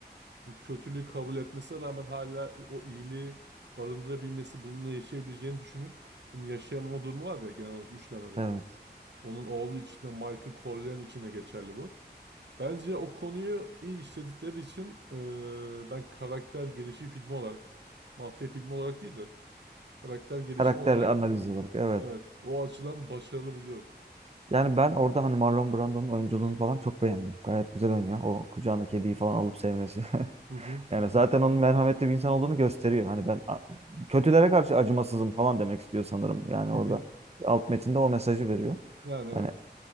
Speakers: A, on the right (about 80°); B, on the right (about 35°).
A: bu kötülüğü kabul etmesine rağmen hala o iyiliği barındırabilmesi, bununla yaşayabileceğini düşünüp bunu yaşayamama durumu var ya genel olarak üçlemede.
B: Evet.
A: Onun oğlu için de Michael Corleone için de geçerli bu. Bence o konuyu iyi işledikleri için eee, ben karakter gelişim filmi olarak, mafya filmi olarak değil de karakter gelişim
B: Karakter
A: olarak
B: analiz olarak. Evet.
A: evet o açıdan başarılı buluyorum.
B: Yani ben orada hani Marlon Brando'nun oyunculuğunu falan çok beğendim. Gayet güzel oynuyor. O kucağına kediyi falan alıp sevmesi. <laughs>
A: Hı hı.
B: Yani zaten onun merhametli bir insan olduğunu gösteriyor. Hani ben a- kötülere karşı acımasızım falan demek istiyor sanırım. Yani orada
A: Hı hı.
B: alt metinde o mesajı veriyor.
A: Yani evet.
B: Yani